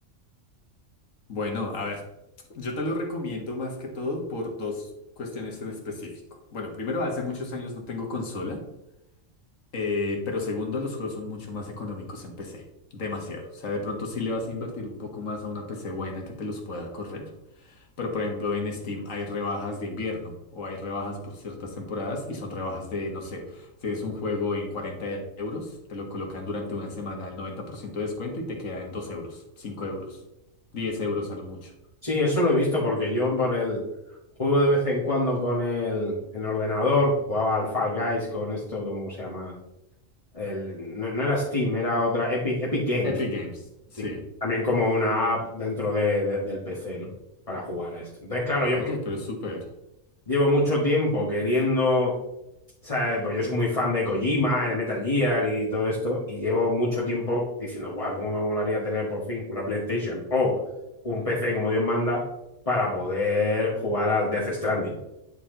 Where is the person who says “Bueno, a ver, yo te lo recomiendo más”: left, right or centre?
Left